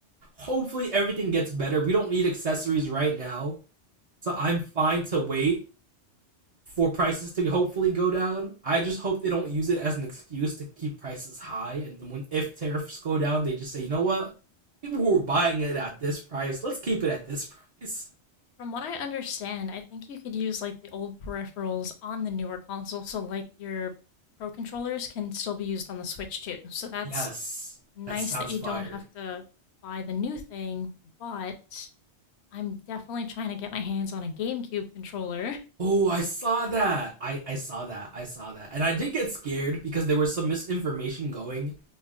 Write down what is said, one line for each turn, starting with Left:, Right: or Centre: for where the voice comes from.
Right: hopefully, everything gets better. We don't need accessories right now, so I'm fine to wait for prices to hopefully go down. I just hope they don't use it as an excuse to keep prices high. And then when if tariffs go down, they just say, you know what, people who were buying it at this price, let's keep it at this price.
Left: From what I understand, I think you could use like the old peripherals on the newer console, so like your pro controllers can still be used on the Switch too. So that's
Right: Yes,
Left: nice
Right: that sounds
Left: that you
Right: fire.
Left: don't have to buy the new thing, but I'm definitely trying to get my hands on a GameCube controller.
Right: Oh, I saw that. I I saw that. I saw that, and I did get scared because there was some misinformation going